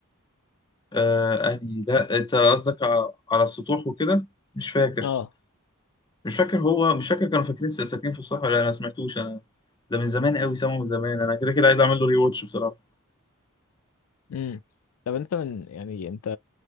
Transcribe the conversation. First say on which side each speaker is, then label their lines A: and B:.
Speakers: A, on the left; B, on the left.
A: آه، أني لا أنت قصدك ع- على السطوح وكده مش فاكر
B: اه
A: مش فاكر هو مش فاكر كانوا فاكرين س- ساكنين في الصحراء ولا لأ، أنا ما سمعتوش أنا ده من زمان قوي سامعه من زمان أنا كده كده عايز أعمل له ري واتش بصراحة
B: امم طب انت من يعني انت